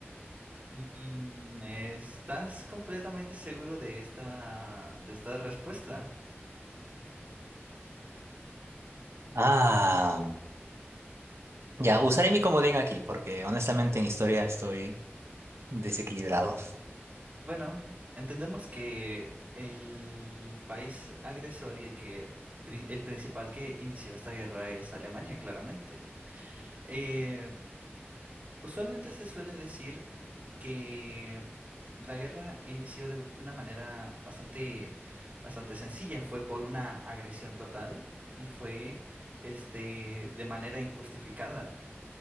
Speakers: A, on the right; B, on the right.
A: Mm, ¿Estás completamente seguro de esta, de esta respuesta?
B: Ah, ya, usaré mi comodín aquí porque honestamente en historia estoy desequilibrado.
A: Bueno, entendemos que el país agresor y el que pri- el principal que inició esta guerra es Alemania, claramente. Eh, Usualmente se suele decir que la guerra inició de una manera bastante, bastante sencilla. Fue por una agresión total y fue, este, de manera injustificada.